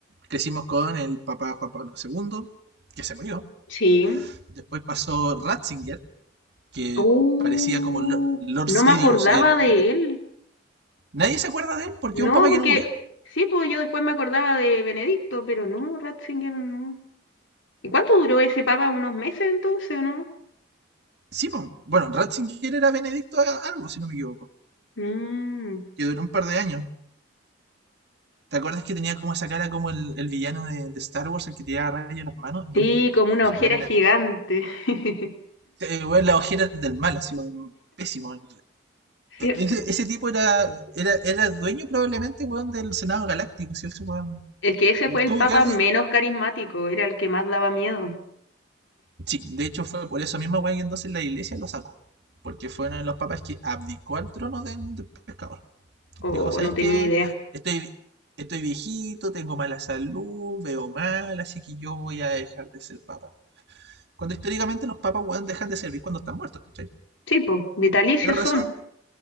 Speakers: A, on the right; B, on the left.
A: crecimos con el Papa Juan Pablo segundo que se murió.
B: Sí.
A: Después pasó Ratzinger, que
B: Uh,
A: parecía como Lord, Lord
B: no
A: Sidious.
B: me acordaba
A: El,
B: de él.
A: nadie se acuerda de él porque
B: No,
A: es un papa
B: porque
A: que no murió.
B: sí, pues yo después me acordaba de Benedicto, pero no, Ratzinger no. ¿Y cuánto duró ese papa? ¿Unos meses entonces o no?
A: Sí, pues, bueno, Ratzinger era Benedicto algo, si no me equivoco,
B: Mm,
A: que duró un par de años. ¿Te acuerdas que tenía como esa cara como el, el villano de, de, Star Wars, el que tiraba rayos en las manos? Lo
B: sí,
A: mismo.
B: como una
A: Su
B: ojera
A: buen
B: gigante, <laughs>
A: eh, bueno, las ojeras del mal, así, bueno, pésimo. E-,
B: ¿cierto?
A: Ese, ese, tipo era, era, era dueño probablemente bueno, del Senado Galáctico, si ese bueno,
B: Es que ese fue el
A: tuvo
B: papa
A: que haber
B: menos
A: di-
B: carismático, era el que más daba miedo,
A: Sí, de hecho fue por eso mismo weá que entonces la iglesia lo sacó. Porque fue uno de los papas que abdicó al trono de del pescador.
B: o
A: Dijo, ¿sabes
B: no tenía
A: qué?
B: idea.
A: Estoy, estoy viejito, tengo mala salud, veo mal, así que yo voy a dejar de ser papa. Cuando históricamente los papas, weón, dejan de servir cuando están muertos, ¿cachai?
B: Sí, pues, vitalicios
A: La razón,
B: son.